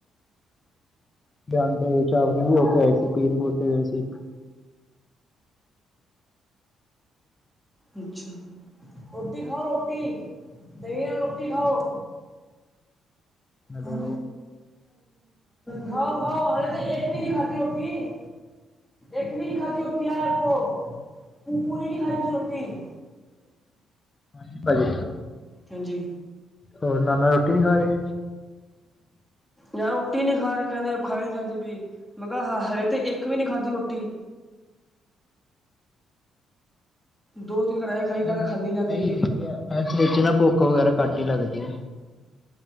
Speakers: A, on the left (about 25°); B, in the centre.
A: ਜਾਂਦੇ ਛਾਵਨੀ ਵੀ ਹੋ ਕੇ ਆਏ ਸੀ, ਪੀਰਪੁਰ ਤੇ ਗਏ ਸੀ।
B: ਅੱਛਾ ਰੋਟੀ ਖਾਓ ਰੋਟੀ, ਦਹੀਂ ਨਾਲ ਰੋਟੀ ਖਾਓ।
A: ਹੈਲੋ
B: ਰੋ ਖਾਓ ਖਾਓ ਹਾਲੇ ਤੇ, ਇੱਕ ਵੀ ਨੀ ਖਾਧੀ ਰੋਟੀ। ਇੱਕ ਵੀ ਨਹੀਂ ਖਾਧੀ ਰੋਟੀ ਆਹ ਵੇਖੋ, ਪੂਰੀ ਨਹੀਂ ਖਾਈ ਤੁਸੀਂ ਰੋਟੀ।
A: ਹਾਂਜੀ।
B: ਹਾਂਜੀ
A: ਹੋਰ ਨਾਲ-ਨਾਲ ਰੋਟੀ ਨੀ ਖਾਣੀ‌।
B: ਯਾਰ ਰੋਟੀ ਨੀ ਖਾ ਰਹੇ ਕਹਿੰਦੇ ਖਾਈ ਨੀ ਜਾਂਦੀ ਪਈ। ਮੈਂ ਕਿਹਾ, ਹੱਲੇ ਤੇ ਇੱਕ ਵੀ ਨਹੀਂ ਖਾਧੀ ਰੋਟੀ। ਦੋ-ਦਿਨ ਗਰਾਇਆ ਖਾਈ ਕਹਿੰਦਾ
A: ਹੁਣ
B: ਖਾਦੀ ਨਹੀਂ ਜਾਂਦੀ
A: ਇਹੀ
B: ਪਈ।
A: ਹੈ ਇਸ ਵਿੱਚ ਨਾ ਭੁੱਖ ਵਗੈਰਾ ਘੱਟ ਹੀ ਲੱਗਦੀ ਹੈ।